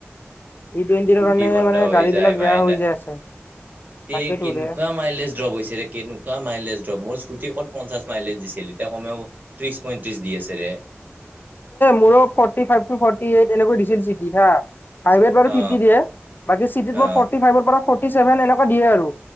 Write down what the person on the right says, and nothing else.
স্কুটি
বন্ধ
হৈ
যায়
পায়না
এ কেনেকুৱা
মাইলেজ ড্ৰপ হৈছে কেনেকুৱা মাইলেজ ড্ৰপ মোৰ। স্কুটি ক'ত পঞ্চাছ মাইলেজ দিছিল এতিয়া কমেও ত্ৰিশ পইত্ৰিশ দি আছেৰে।
অ
অ